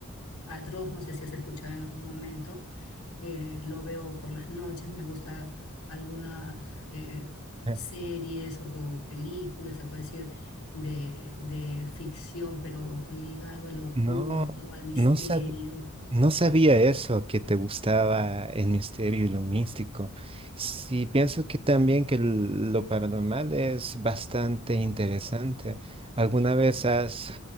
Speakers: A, on the left; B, on the right.
A: Atroz, no sé si has escuchado en algún momento. eh, lo veo por las noches, me gusta algunas eh,
B: Eh,
A: series o, o películas, se puede decir, de, de ficción, pero ligado al oculto,
B: no,
A: al misterio.
B: no sabía. No sabía eso, que te gustaba el misterio y lo místico. Sí, pienso que también que l- lo paranormal es bastante interesante. ¿Alguna vez has,